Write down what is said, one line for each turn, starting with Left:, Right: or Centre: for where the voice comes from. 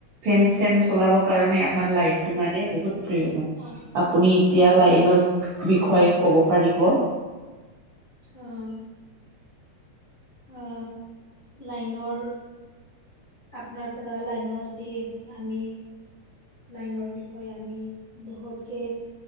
Right: ফেন চেন চলাব কাৰণে আমাৰ লাইটটো মানে বহুত প্ৰয়োজন।
Left: অ,
Right: আপুনি ইতিয়া
Left: হয়
Right: লাইনৰ বিষয়ে কব পাৰিব।
Left: অহ। অ, লাইনৰ আপোনাৰ পৰা লাইনৰ যি আমি লাইনৰ বি হয় আমি বহুতকে